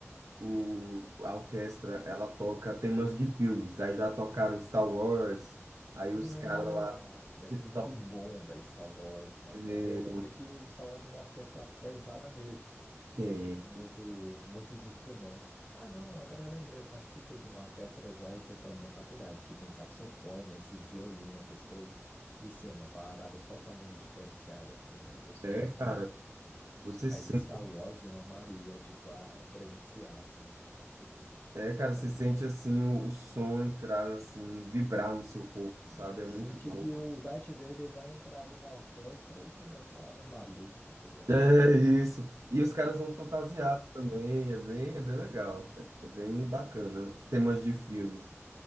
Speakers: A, on the right; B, on the left.
A: o, a orquestra ela toca temas de filmes. Aí já tocaram Star Wars, aí
B: Nossa,
A: os caras lá
B: deve
A: que
B: ser
A: tocam.
B: muito bom, velho, Star Wars, mano.
A: É,
B: Porque lembra que o Star Wars é uma orquestra pesada mesmo,
A: Tem.
B: que é tipo muito, muitos instrumentos. Ah, não, agora eu lembrei, eu participei de uma orquestra já e foi pela minha faculdade, que tem saxofone, esses violinos, essas coisas. E sim, é uma parada totalmente diferenciada, assim, eu gostei
A: É,
B: bastante.
A: cara, você
B: Mas
A: sente,
B: Star Wars eu amaria, tipo, a, a presenciar, assim, eu nunca participei, não.
A: é, cara,
B: Nunca
A: você
B: vi.
A: sente assim o, o som entrar assim, vibrar no seu corpo, sabe?
B: Não,
A: É
B: sente
A: muito bom.
B: que o Darth Vader vai entrar ali na orquestra e começar a dar uma luta, tá ligado?
A: É isso. E os caras vão fantasiados também, é bem, é bem legal.
B: Ah,
A: É
B: que
A: bem
B: massa,
A: bacana,
B: velho. Que
A: temas
B: que
A: de filmes.
B: divertido.